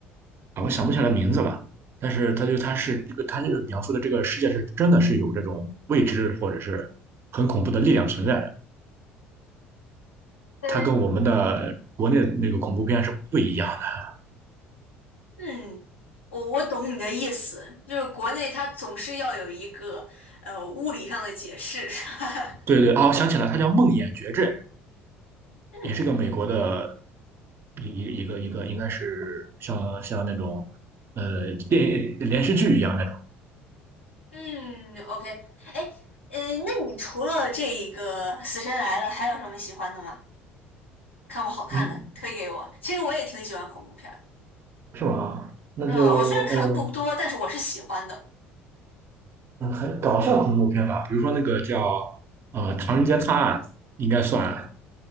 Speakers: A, on the right; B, on the left.
A: 啊，我想不起来名字了，但是他就他是这个，他就是描述的这个世界是真的是有这种未知或者是很恐怖的力量存在的，
B: 嗯，
A: 它跟我们的国内那个恐怖片是不一样的。
B: 嗯，我我懂你的意思，就是国内它总是要有一个呃物理上的解释。<laughs>
A: 对对，啊，我想起来，它叫《梦魇绝症》，
B: 嗯
A: 也是个美国的一一个一个应该是像像那种呃电影连续剧一样那种。
B: 嗯，OK，哎，呃，那你除了这一个《死神来了》，还有什么喜欢的吗？看过好看的，
A: 嗯，
B: 推给我。其实我也挺喜欢恐怖片儿的。
A: 是吗？那就呃，
B: 嗯，我虽然看的不多，但是我是喜欢的。
A: 嗯，很搞笑恐怖片吧，比如说那个叫呃《唐人街探案》，应该算